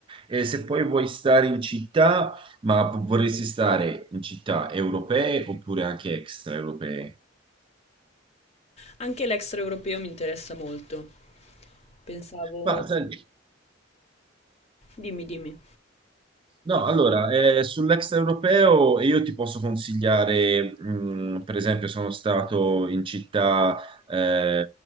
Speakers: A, on the right; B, on the left.
A: E se poi vuoi stare in città, ma vorresti stare in città europee oppure anche extraeuropee?
B: Anche l'extraeuropeo mi interessa molto. Pensavo...
A: Ma sai,
B: Dimmi, dimmi.
A: No, allora, eh, sull'extraeuropeo io ti posso consigliare, mh, per esempio, sono stato in città eh,